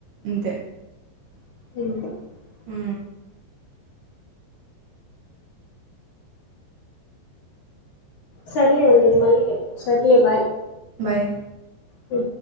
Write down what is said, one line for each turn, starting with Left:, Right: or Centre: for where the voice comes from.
Right: ఇంతే
Left: <unintelligible>
Right: ఉ
Left: సర్లే ఉన్ను నేను మళ్ళీ ఏ సర్లే బాయ్
Right: బాయ్
Left: హు